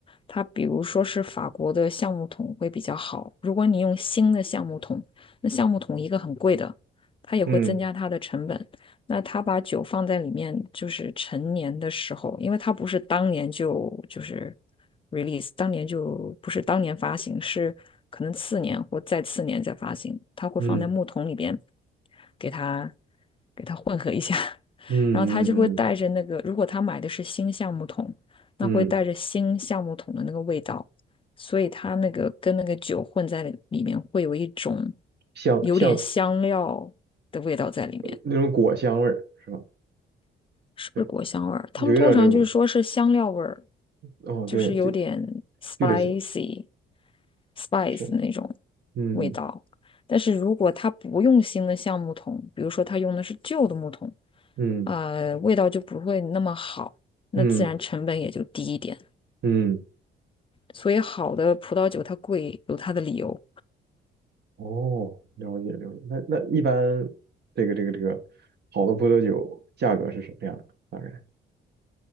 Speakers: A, on the left; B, on the right.
A: 它比如说是法国的橡木桶会比较好，如果你用新的橡木桶，那橡木桶一个很贵的，它也会增加它的成本。
B: 嗯
A: 那他把酒放在里面，就是陈年的时候，因为他不是当年就就是 release，当年就不是当年发行，是可能次年或再次年再发行，他会放在木桶里边，
B: 嗯
A: 给他给他混合一下，<laughs>
B: 嗯嗯嗯
A: 然后他就会带着那个，如果他买的是新橡木桶，那会带着新橡木桶的那个味道，
B: 嗯，
A: 所以它那个跟那个酒混在里面，会有一种
B: 香香
A: 有点香料的味道在里面。
B: 那种果香味儿是吧？
A: 是不是果香味儿？
B: 对。有一点儿个果香。
A: 他们通常就是说是香料味儿，
B: 哦，
A: 就是有点
B: 对，就
A: spicy
B: 就这些，
A: spice
B: 是，
A: 那种
B: 嗯
A: 味道。但是如果他不用新的橡木桶，比如说他用的是旧的木桶，
B: 嗯
A: 呃，味道就不会那么好，那自然成本也就低一点。
B: 嗯嗯，
A: 所以好的葡萄酒它贵有它的理由。
B: 哦，了解了解。那那一般这个这个这个好的葡萄酒价格是什么样的？大概？